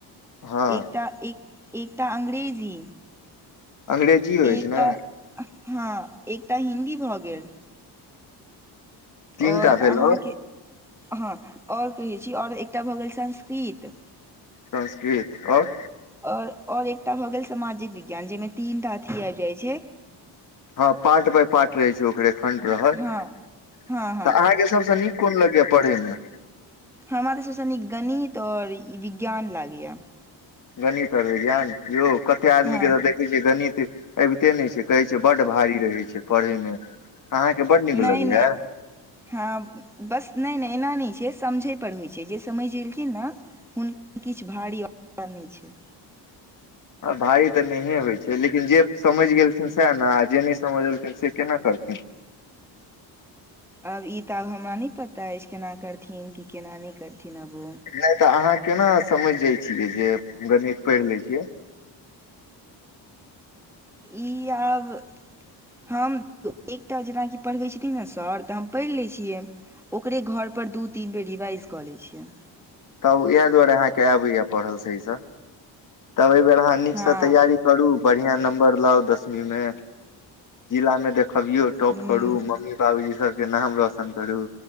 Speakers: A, on the left; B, in the centre.
A: हँ
B: एकटा एक। एकटा अंग्रेजी।
A: अंग्रेजी होइ
B: एकटा
A: छै ने।
B: हँ एकटा हिन्दी भऽ गेल।
A: तीन
B: आओर
A: टा भेल
B: अहाँके।
A: और
B: हँ आओर कहैत छी आओर एकटा भऽ गेल संस्कृत।
A: संस्कृत आओर।
B: आओर आओर एकटा भऽ गेल सामाजिक विज्ञान जाहिमे तीन टा अथी आबि जाइत छै।
A: हँ पार्ट बाय पार्ट रहै छै ओकरे। खण्ड रहत
B: हँ
A: तऽ
B: हँ हँ
A: अहाँके सबस नीक कोन लगैया पढ़यमे।
B: हमराे श्वषनिक गणित आऔर विज्ञान लागया।
A: गणित और विज्ञान योग। कते आदमी
B: हँ
A: के तऽ देखै छियै गणित। अबिते नहि छै कहै छै बड्ड भारी रहै छै पढ़यमे। अहाँके बड नीक
B: नहि
A: लगैया।
B: नहि हँ बस नहि नहि एना नहि छै समझय पर होइ छै जे समझ एलखिन ने हुनका किछु भारी आ नहि छै।
A: भाय तऽ नहिये होइ छै लेकिन जे समझ गेथिन सएह ने आ जे नहि समझ एलखिन से केना करथिन।
B: आब ई तऽ आब हमरा नहि पता अछि केना करथिन कि केना नहि करथिन। थिनाब।
A: नहि तऽ अहाँ केना समझ जाइ छियै जे गणित पढ़ि लै छियै।
B: ई आब हम एकटा जेनाकि पढ़बैत छथिन ने सर तऽ हम पढ़ि लैत छियै ओकरे घरपर दू तीन बेर रिवाइज कऽ लैत छियै।
A: तब इएह दुआरे अहाँके आबैए पढ़ल सहीसँ। तब एहि बेर अहाँ नीकसँ
B: हँ
A: तैयारी करू। बढ़िया नंबर लाउ दसवी में जिला में देख। खबियो टॉप
B: हूँ
A: करु मम्मी पाबूजी सब। नाम रोशन करू